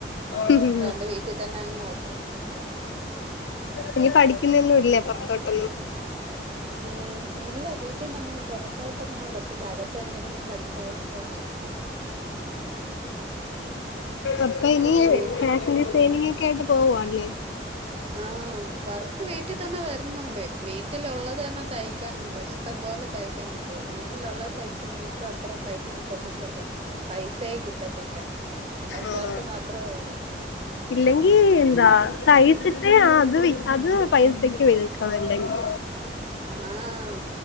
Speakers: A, on the left; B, on the right.
A: ആഹ്
B: അതുകൊണ്ട് വീട്ടി തന്നെ അങ്ങ് നോക്കുന്നു
A: ഇനി പഠിക്കുന്നൊന്നും ഇല്ല പൊറത്തോട്ട്
B: ഏയ് ഇല്ല വീട്ടീന്നങ്ങനെ പൊറത്തോട്ടൊന്നും വിടത്തില്ല അകത്തന്നെ ഇരുന്ന്- പഠിച്ചോളാം പറഞ്ഞു.
A: അപ്പ ഇനി
B: വീട്ടിൽ
A: ഫാഷൻ ഡിസൈനിങ്ങൊക്കെ ആയിട്ട് പോവാല്ലേ
B: ആഹ് വർക്ക് വീട്ടിതന്നെ വരുന്നുണ്ട് വീട്ടിലുള്ളത് തന്നെ തയ്ക്കാനുണ്ട് ഇഷ്ടം പോലെ തയ്ക്കാനുണ്ട് വീട്ടിലുള്ളത് തയ്ച്ച നമു ക്കത്ര പൈസ കിട്ടത്തില്ലല്ലോ പൈസേ കിട്ടത്തില്ല സപ്പോർട്ട്
A: ആഹ്
B: മാത്രേ ഒള്ളു
A: ഇല്ലെങ്കി എന്താ തൈ ച്ചിട്ട് ആത് വി അത് പൈസക്ക് വിൽക്കണം അല്ലെങ്കി
B: ആഹ്